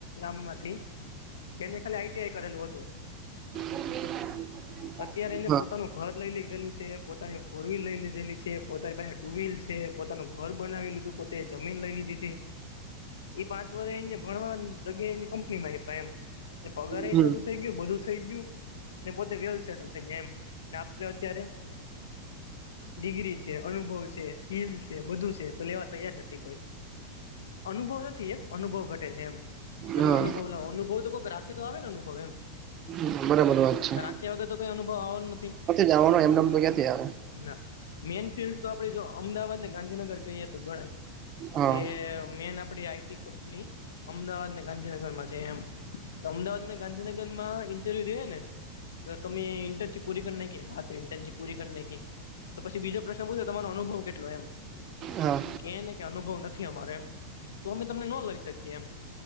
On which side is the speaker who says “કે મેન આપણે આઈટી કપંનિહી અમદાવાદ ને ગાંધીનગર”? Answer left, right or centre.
Left